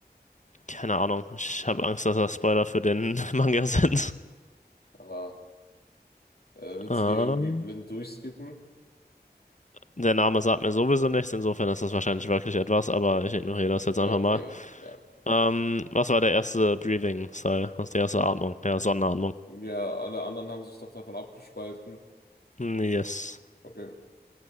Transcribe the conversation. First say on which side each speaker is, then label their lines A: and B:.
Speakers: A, on the left; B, on the left.
A: keine Ahnung, ich habe Angst, dass das Spoiler für den <laughs> Manga sind.
B: Ah, äh, willst
A: Ähm,
B: du die irgendwie blind durchskippen?
A: der Name sagt mir sowieso nichts, insofern ist das wahrscheinlich wirklich etwas, aber ich ignoriere das jetzt
B: Ja,
A: einfach
B: okay,
A: mal.
B: ja.
A: Ähm, was war der erste Breathing-Style? Was ist die erste Atmung? Ja, Sonnenatmung.
B: Ja, alle anderen haben sich doch davon abgespalten.
A: Hm, Yes.
B: Okay.